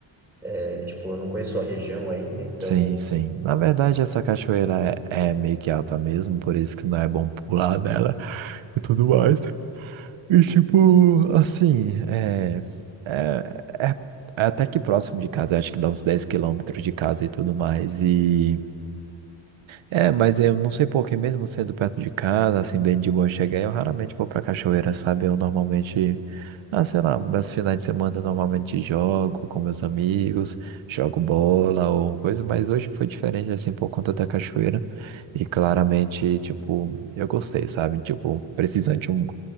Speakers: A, in the centre; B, on the right.
A: é, tipo, eu não conheço a região aí, né? Então,
B: Sim, sim. Na verdade, essa cachoeira é, é meio que alta mesmo, por isso que não é bom pular nela e tudo mais. E, tipo, assim, é, é, é, é até que próximo de casa, acho que dá uns 10 quilômetros de casa e tudo mais. E. É, mas eu não sei por que, mesmo sendo perto de casa, assim, bem de boa chegar, eu raramente vou pra cachoeira, sabe? Eu normalmente, ah, sei lá, meus finais de semana eu normalmente jogo com meus amigos, jogo bola ou coisa, mas hoje foi diferente, assim, por conta da cachoeira. E claramente, tipo, eu gostei, sabe? Tipo, precisando de um-